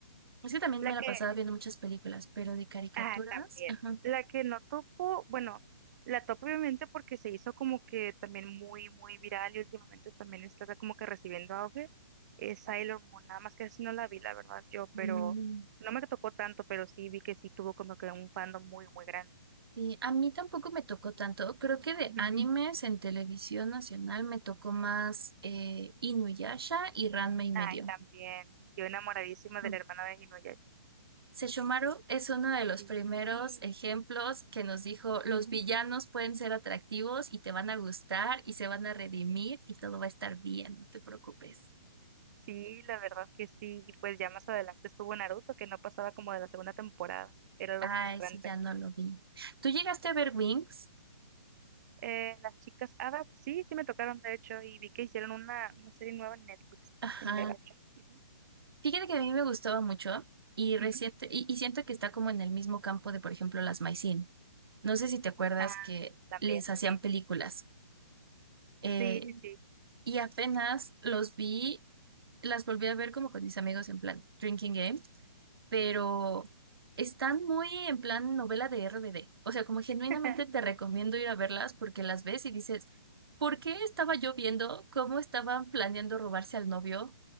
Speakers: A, on the right; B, on the right.
A: Es que también
B: La
A: me
B: que,
A: la pasaba viendo muchas películas, pero de caricaturas,
B: ah, también,
A: ajá.
B: la que no topo, bueno, la topo obviamente porque se hizo como que también muy, muy viral y últimamente también está como que recibiendo auge, es Sailor Moon, nada más que así no la vi, la verdad, yo, pero
A: Mm,
B: no me tocó tanto, pero sí vi que sí tuvo como que un fandom muy, muy grande.
A: Sí, a mí tampoco me tocó tanto. Creo que de
B: Ujú.
A: animes en televisión nacional me tocó más eh, Inuyasha y Ranma y
B: Ay,
A: medio.
B: también, yo enamoradísima
A: Mm.
B: de la hermana de Inuyasha.
A: Sesshomaru es uno de los
B: Sí.
A: primeros
B: sí.
A: ejemplos que nos dijo, los villanos pueden ser atractivos y te van a gustar y se van a redimir y todo va a estar bien, no te preocupes.
B: Sí, la verdad que sí. Y pues ya más adelante estuvo Naruto, que no pasaba como de la segunda temporada. Era lo
A: Ah,
B: frustrante.
A: ese ya no lo vi. ¿Tú llegaste a ver Wings?
B: Eh, las chicas hadas, sí, sí me tocaron, de hecho, y vi que hicieron una, una serie nueva en Netflix,
A: Ajá.
B: en live action. Ujú.
A: Fíjate que a mí me gustaba mucho y, reciente,
B: Ujú.
A: y, y siento que está como en el mismo campo de, por ejemplo, las Maicin. No sé si te acuerdas
B: Ah,
A: que
B: también,
A: les hacían
B: sí,
A: películas.
B: sí,
A: Eh,
B: sí, sí, sí. sí.
A: y apenas los vi, las volví a ver como con mis amigos en plan Drinking Game. pero están muy en plan novela de RBD. O sea, como genuinamente
B: <laughs>
A: te recomiendo ir a verlas porque las ves y dices, ¿por qué estaba yo viendo cómo estaban planeando robarse al novio